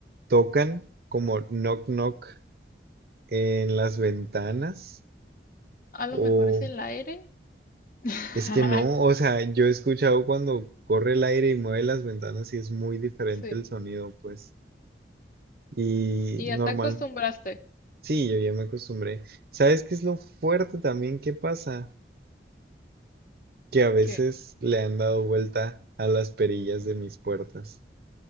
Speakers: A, on the right (about 55°); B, on the left (about 50°).
A: tocan como knock knock en las ventanas
B: A lo
A: o
B: mejor es el aire. <laughs>
A: Es que no, o sea, yo he escuchado cuando corre el aire y mueve las ventanas y es muy diferente
B: Sí.
A: el sonido, pues. Y
B: ¿Y
A: normal,
B: ya te acostumbraste?
A: sí, yo ya me acostumbré. ¿Sabes qué es lo fuerte también que pasa? Que a veces
B: ¿Qué?
A: le han dado vuelta a las perillas de mis puertas,